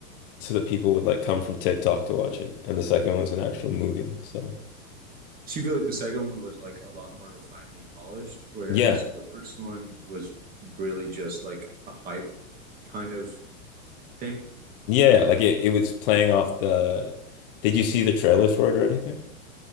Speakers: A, on the left; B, on the right.
A: so that people would like come from TikTok to watch it. And the second one's an actual movie. So
B: So you feel like the second one was like a lot more refinedly polished, whereas
A: yeah.
B: the first one was really just like a hype kind of thing.
A: Yeah, yeah, like it, it was playing off the Did you see the trailers for it or anything?